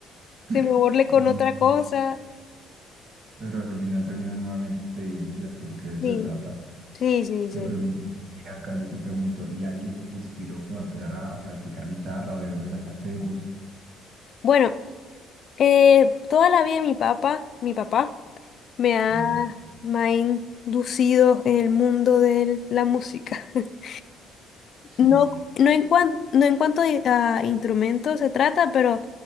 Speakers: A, on the right; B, on the left.
A: <laughs>
B: se me burle con
A: oye,
B: otra
A: sí.
B: cosa.
A: Pero al final termina nuevamente bien, ¿cierto? Porque de eso
B: Sí,
A: se trata.
B: sí, sí,
A: Te
B: sí.
A: pregunto, Bianca, yo te pregunto, ¿y alguien te inspiró como a empezar a practicar guitarra o de dónde sacaste el gusto?
B: Bueno, eh, toda la vida mi papá, mi papá. me
A: Sí,
B: ha, me ha inducido en el mundo de la música. <laughs>
A: sí.
B: No, no en cuan- no en cuanto a instrumentos se trata, pero